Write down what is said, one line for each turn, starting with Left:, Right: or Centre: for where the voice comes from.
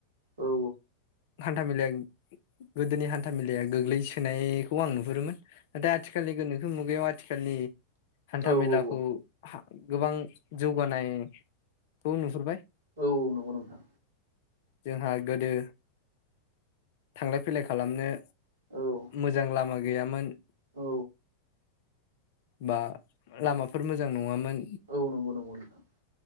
Right: औ
Left: हान्थामेलानि गोदोनि हान्था मेलाया गोग्लैसोनायखौ आं नुहुरोमोन। दा आथिखालनि गोनोखो मुगायाव आथिखालनि हान्था
Right: औ
Left: मेलाखौ
Right: औ औ
Left: हा गोबां जौगानायखौ नुहुरबाय
Right: औ नंगौ नोंथां
Left: जों हा गोदो थांलाय फैलाय खालामनो
Right: औ
Left: मोजां लामा गैयामोन
Right: औ
Left: बा लामाफोर मोजां नंङामोन
Right: औ नंगौ नंगौ नोंथां